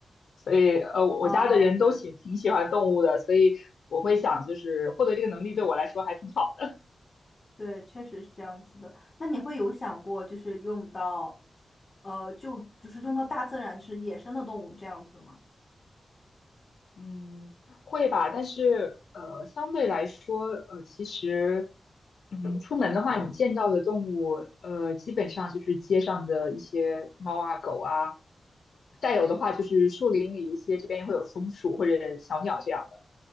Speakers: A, on the left (about 75°); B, on the left (about 40°).
A: 所以呃，我家的人都喜挺喜欢动物的，
B: 啊，对。
A: 所以我会想，就是获得这个能力对我来说还挺好
B: 对，确实是这样子的。那你会有想过，就是用到，呃，就就是用到大自然，就是野生的动物这样子的吗？
A: 嗯，会吧，但是呃，相对来说，呃，其实，嗯，出门的话，你见到的动物，呃，基本上就是街上的一些猫啊、狗啊，再有的话就是树林里一些，这边也会有松鼠或者小鸟这样的。